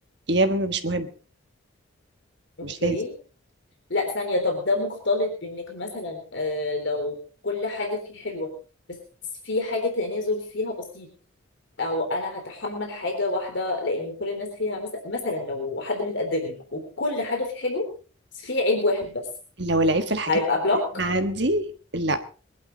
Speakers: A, on the right (about 55°); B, on the left (about 60°).
A: يا م- مش مهم
B: اوكي
A: مش لازم
B: لا ثانية طب ده مختلط بانك مثلا آه لو كل حاجة فيه حلوة بس في حاجة تنازل فيها بسيط او انا هتحمل حاجة واحدة لان كل الناس فيها مثلا مثلا لو حد متقدم لك وكل حاجة فيه حلوة بس فيه عيب واحد بس
A: لو العيب في الحاجات
B: هيبقى بلوك
A: اللي عندي لا